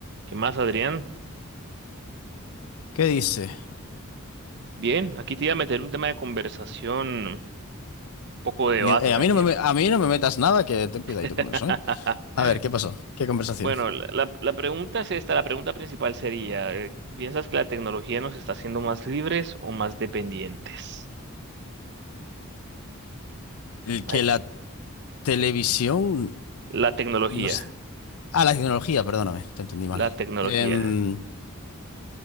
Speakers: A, on the right; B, on the left.
A: ¿Qué más, Adrián?
B: ¿Qué dice?
A: Bien, aquí te iba a meter un tema de conversación, un poco de debate
B: Mi- eh,
A: también.
B: a mí no me, me- a mí no me metas nada, que ten cuidadito
A: <laughs>
B: con eso, ¿eh? A ver, ¿qué pasó? ¿Qué conversación?
A: Bueno, la, la- la pregunta es esta, la pregunta principal sería, eh, ¿piensas que la tecnología nos está haciendo más libres o más dependientes?
B: El que
A: Ay,
B: la televisión
A: La tecnología,
B: nos... Ah, la tecnología, perdóname, te entendí mal.
A: la tecnología,
B: Em,